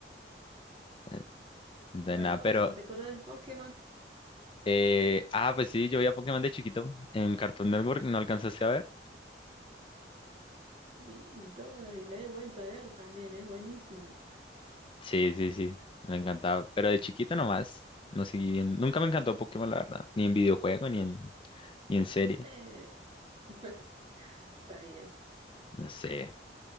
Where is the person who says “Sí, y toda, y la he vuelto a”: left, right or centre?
Right